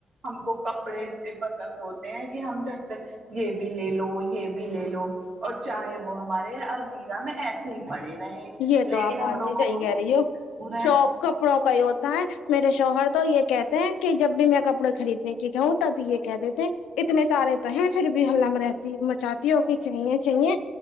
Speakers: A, on the right (about 65°); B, on the left (about 80°).
A: ہم کو کپڑے اتنے پسند ہوتے ہیں کہ ہم جٹ سے یہ بھی لے لو یہ بھی لے لو اور چاہے وہ ہمارے المیرا میں ایسے سے ہی پڑے رہے
B: یہ تو
A: لیکن
B: آپ بات
A: ہم لوگوں
B: بھی صحیح
A: کو
B: کہہ
A: دور
B: رہی ہو
A: ہے
B: شوق کپڑوں کا ہی ہوتا ہے میرے شوہر تو یہ کہتے ہیں کہ جب بھی میں کپڑے خرید کی کہوں تب یہ کہ دیتے ہیں اتنے سارے تو ہیں پھر بھی ہلہ میں رہتی مچات کی چاہییں چاہیے